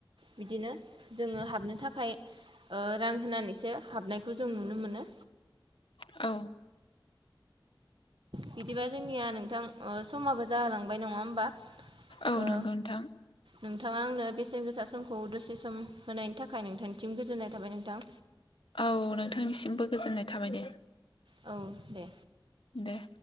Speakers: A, on the right; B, on the left.
A: बिदिनो। जोंङो हाबनो ओ थाखाय रां होनानैसो हाबनायखौ जों नुनो मोनो।
B: औ।
A: बिदिबा जोंनिया नोंथां समाबो जाहोलांबाय नङा होमबा?
B: औ
A: ओ
B: नंगौ नोंथां
A: नोंथांङा आंनो बेसेन गोसा समखौ दसे सम होनायनि थाखाय नोंथांनिथिम गोजोननाय थाबाय नोंथां।
B: औ नोंथांनिसिमबो गोजोननाय थाबाय दे।
A: औ दे
B: दे